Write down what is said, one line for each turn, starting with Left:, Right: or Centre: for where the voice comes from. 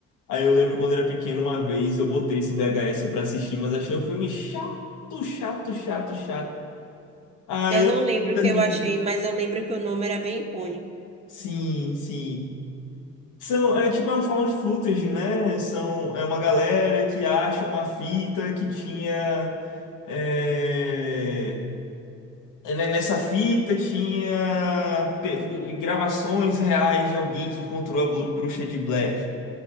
Left: Aí eu lembro quando era pequeno, uma vez eu botei esse VHS pra assistir, mas achei o filme chato, chato, chato, chato. Aí
Right: Eu
Left: eu
Right: não lembro
Left: não terminei.
Right: o que eu achei, mas eu lembro que o nome era bem icônico.
Left: Sim, sim. São, é tipo, é um found footage, né? São, é uma galera que acha uma fita que tinha. é, é, né, Nessa fita tinha pe- gravações reais de alguém que encontrou a blu- bruxa de Blair.